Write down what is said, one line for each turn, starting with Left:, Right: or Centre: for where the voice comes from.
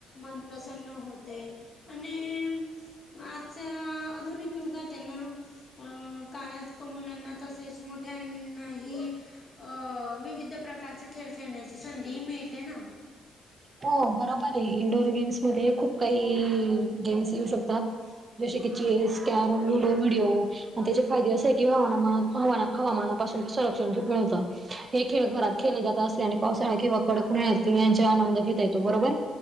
Left: मन प्रसन्न होते. आणि ई म आजच्या आधुनिक युगात आहे ना, काळात क् मुलांना, तसेच मोठ्यांनाही अ विविध प्रकारचे खेळ खेळण्याची संधी मिळते ना?
Right: हो बरोबर ये इंडोअर गेम्समध्ये खूप काही गेम्स येऊ शकतात, जसे की चेस, कॅरम, ल्युडो, व्हिडिओ. अन् त्याचे फायदे असे आहे की हवानामान हवा हवामानापासून संरक्षण खूप मिळतं. हे खेळ घरात खेले जात असते आणि पावसाळा किंवा कडक उन्हाळ्यात पण यांचे आनंद ता येतो बरोबर